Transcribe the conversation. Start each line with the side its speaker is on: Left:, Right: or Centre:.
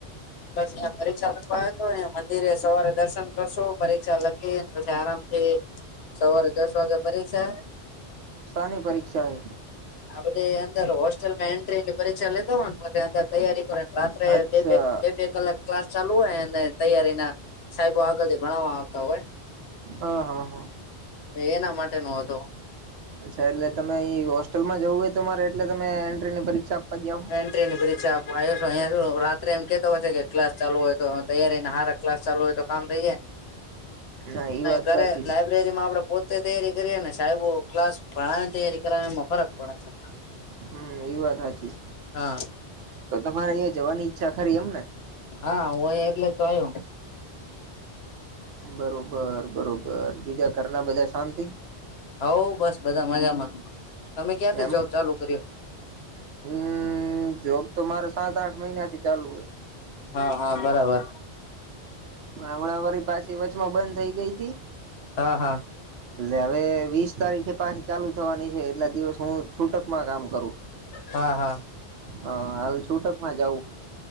Left: અયા પરીક્ષા લખવા આવયો હતો અયા મંદિરે સવારે દર્શન કરશો પરીક્ષા લખી પછી આરામથી સવારે દસ વાગે પરીક્ષા
Right: સાની પરીક્ષા હે
Left: આ બધી અંદર હોસ્ટેલમાં એન્ટ્રી ની પરીક્ષા લેતા હો ને અંદર તૈયારી કરો ને રાત
Right: અચ્છા
Left: બે બે લ <unintelligible> ક્લાસ ચાલુ હોય અને તૈયારી ના, સાહેબો આગળથી ભણવા આવતા હોય.
Right: હા હા હા.
Left: એના માટે નું હતું.
Right: અચ્છા એટલે તમે એ હોસ્ટલમાં જવું હોય તમારે એટલે તમે એન્ટ્રીની પરીક્ષા ગયા હો
Left: એ ની પરીક્ષા આપ આવ્યો છો અહં રાત્રે એમ કેતો હોય છે કે ક્લાસ ચાલુ હોય તો તૈયારીને હાર ક્લાસ ચાલુ હોય તો- કામ થઈ,
Right: ના એ વાત
Left: ઘરે
Right: સાચી છે
Left: લબ માં આપડે પોતે તૈયારી કરીએ ને સાહેબો ક્લાસ ભણાવને તૈયારી કરાવ એમાં ફરક પડે છે.
Right: હમ એ વાત સાચી જ.
Left: હા.
Right: તો તમારે અહંયા જવાની ઈચ્છા ખરી એમ ને?
Left: હા હુંય એટલે તો આવયયો.
Right: બરોબર બરોબર બીજા કરના બધા શાંતિ?
Left: હવ બસ બધા મજામાં, તમે ક્યારથી
Right: એમ
Left: જોબ ચાલુ કર્યો?
Right: હમ જોબ તો મારે સાત આઠ મહિના થી ચાલુ હોય.
Left: હા હા બરાબર.
Right: પણ હમણાંવારી પાછી વચમાં બંધ થઇ ગઈ હતી.
Left: હા હા.
Right: એટલે હવે વીસ તારીખે પાછી ચાલુ થવાની છે એટલા દિવસ હું છૂટકમાં કામ કરું.
Left: હા હા.
Right: હ હાલ છૂટક માં જવું.